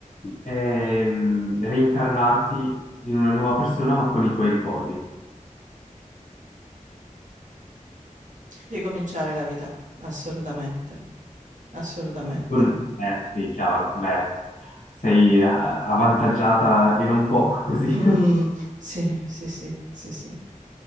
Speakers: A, on the left; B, on the right.
A: ehm, reincarnarti in una nuova persona ma con i tuoi ricordi.
B: Ricominciare la vita, assolutamente, assolutamente.
A: Con... Eh sì, chiaro, beh, sei eh, avvantaggiata e non poco così. <laughs>
B: Mm, sì, sì, sì, sì, sì.